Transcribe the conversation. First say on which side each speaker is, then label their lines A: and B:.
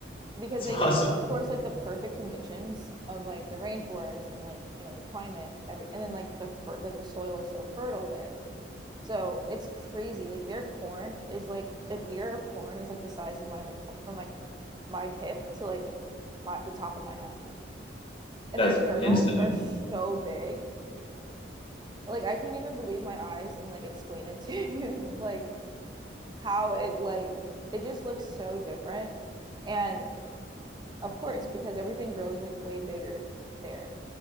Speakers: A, on the right (about 25°); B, on the left (about 30°).
A: because
B: It's
A: they
B: awesome.
A: get, of course, like the perfect conditions of like the rainforest and like, you know, the climate, every, and then like the, fer- like the soil is so fertile there. So it's crazy. Like their corn is like an ear of corn is like the size of my like tw- from like my hip to like my the top of my head. and
B: That's
A: their kernels
B: insane.
A: are so big. Like I couldn't even believe my eyes and like explain it to you <laughs> like how it like it just looks so different. And of course, because everything grows like way bigger there